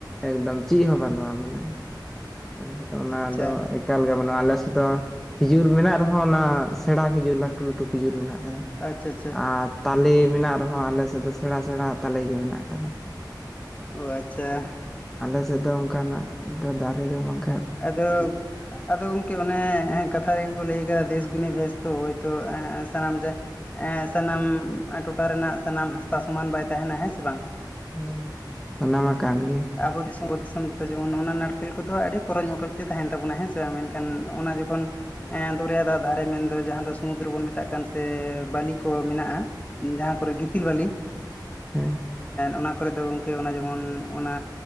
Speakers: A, in the centre; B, on the left.
A: ᱮᱠᱫᱚᱢ ᱪᱮᱫ ᱦᱚᱸ ᱵᱟᱹᱱᱩᱜᱼᱟ ᱢᱟᱱᱮ᱾ ᱟᱞᱮ ᱥᱮᱫ ᱫᱚ ᱚᱱᱟ
B: ᱟᱪᱪᱷᱟ
A: ᱫᱚ ᱮᱠᱟᱞ ᱜᱮ ᱵᱟᱹᱱᱩᱜᱼᱟ ᱟᱞᱮ ᱥᱮᱫ ᱫᱚ ᱠᱷᱤᱡᱩᱨ ᱢᱮᱱᱟᱜ ᱨᱮᱦᱚᱸ ᱚᱱᱟ ᱥᱮᱬᱟ ᱠᱷᱤᱡᱩᱨ ᱞᱟᱹᱴᱩ ᱞᱟᱹᱴᱩ ᱠᱷᱤᱡᱩᱨ ᱢᱮᱱᱟᱜ ᱟᱠᱟᱫᱟ
B: ᱟᱪᱪᱷᱟ ᱟᱪᱪᱷᱟ
A: ᱟᱨ ᱛᱟᱞᱮ ᱢᱮᱱᱟᱜ ᱨᱮᱦᱚᱸ ᱟᱞᱮ ᱥᱮᱫ ᱫᱚ ᱥᱮᱬᱟ ᱥᱮᱬᱟ ᱛᱟᱞᱮ ᱜᱮ ᱢᱮᱱᱟᱜ ᱟᱠᱟᱫᱟ᱾
B: ᱚ ᱟᱪᱪᱷᱟ
A: ᱟᱞᱮ ᱥᱮᱫ ᱫᱚ ᱚᱱᱠᱟᱱᱟᱜ ᱫᱚ ᱫᱟᱨᱮ ᱫᱚ ᱵᱟᱝᱠᱷᱟᱱ
B: ᱟᱫᱚ ᱟᱫᱚ ᱜᱚᱝᱠᱮ ᱚᱱᱮ ᱠᱟᱛᱷᱟ ᱨᱮᱜᱮ ᱠᱚ ᱞᱟᱹᱭ ᱠᱟᱫᱟ ᱫᱮᱥ ᱜᱩᱱᱤ ᱵᱷᱮᱥ ᱛᱚ ᱦᱚᱭᱛᱳ ᱥᱟᱱᱟᱢ ᱡᱮ ᱮᱸ ᱥᱟᱱᱟᱢ ᱴᱚᱴᱷᱟ ᱨᱮᱱᱟᱜ ᱥᱟᱱᱟᱢ ᱦᱟᱥᱟ ᱥᱚᱢᱟᱱ ᱵᱟᱭ ᱛᱟᱦᱮᱱᱟ ᱦᱮᱸ ᱥᱮ ᱵᱟᱝ᱾
A: ᱦᱮᱸ ᱚᱱᱟ ᱢᱟ ᱠᱟᱱ ᱜᱮᱭᱟ᱾
B: ᱟᱵᱚ ᱫᱤᱥᱚᱢ ᱫᱤᱥᱚᱢ ᱨᱮᱫᱚ ᱡᱮᱢᱚᱱ ᱚᱱᱟ ᱱᱟᱲᱠᱮᱞ ᱠᱚᱫᱚ ᱟᱹᱰᱤ ᱠᱷᱚᱨᱚᱪ ᱢᱚᱴᱚᱡ ᱛᱮ ᱛᱟᱦᱮᱱ ᱛᱟᱵᱚᱱᱟ ᱦᱮᱸᱥᱮ ᱵᱟᱝ ᱢᱮᱱᱠᱷᱟᱱ ᱚᱱᱟ ᱡᱚᱠᱷᱚᱱ ᱮᱸ ᱫᱚᱨᱭᱟ ᱫᱟᱜ ᱫᱷᱟᱨᱮ ᱢᱮᱱᱫᱚ ᱡᱟᱦᱟᱸ ᱫᱚ ᱥᱩᱚᱢᱩᱫᱨᱚ ᱵᱚᱱ ᱢᱮᱛᱟᱜ ᱠᱟᱱ ᱥᱮ ᱵᱟᱟᱹᱞᱤ ᱠᱚ ᱢᱮᱱᱟᱜᱼᱟ᱾ ᱡᱟᱦᱟᱸ ᱠᱚᱨᱮ ᱜᱤᱛᱤᱞ ᱵᱟᱹᱞᱤ
A: ᱦᱮᱸ
B: ᱚᱱᱟ ᱠᱚᱨᱮ ᱫᱚ ᱜᱚᱝᱠᱮ ᱚᱱᱟ ᱡᱮᱢᱚᱱ ᱚᱱᱟ